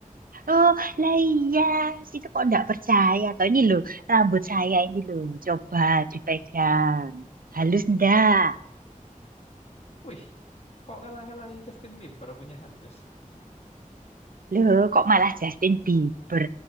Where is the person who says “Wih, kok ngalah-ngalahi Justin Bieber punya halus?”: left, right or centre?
Left